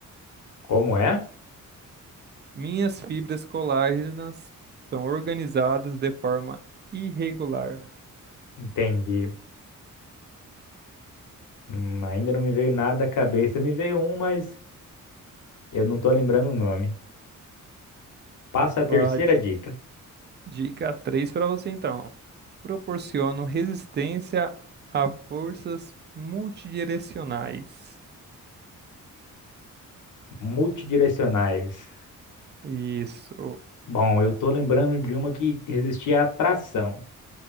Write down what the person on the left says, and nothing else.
Como é?
Entendi. Hum, ainda não me veio nada à cabeça. Me veio um, mas eu não tô lembrando o nome. Passa a
terceira
dica.
Multidirecionais.
Bom, eu tô lembrando de uma que resistia à atração.